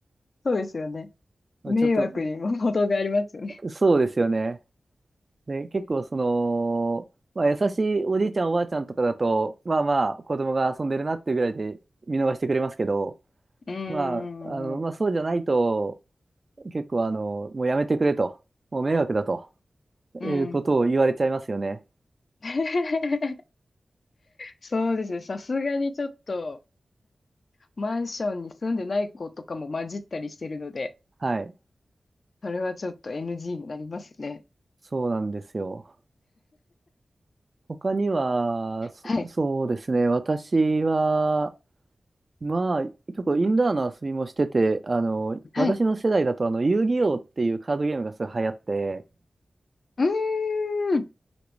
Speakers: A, on the left (about 60°); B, on the right (about 40°).
A: そうですよね。迷惑にも程がありますよね。
B: ちょっと、そうですよね。で、結構その、まあ、優しいおじいちゃんおばあちゃんとかだと、まあまあ子供が遊んでるなっていうぐらいで見逃してくれますけど、
A: うーん、
B: まあ、あの、
A: うん、
B: まあそうじゃないと、結構あの、もうやめてくれと、もう迷惑だと
A: うん。
B: いうことを言われちゃいますよね。
A: <laughs> そうですね。さすがにちょっと、マンションに住んでない子とかも混じったりしてるので、
B: はい。
A: それはちょっと NG になりますね。
B: そうなんですよ。他には、そ、
A: はい。
B: そうですね。私は、まあ、結構インドアの遊びもしてて、あの、
A: はい。
B: 私の世代だと、あの、遊戯王っていうカードゲームがすごい流行って、
A: うーん。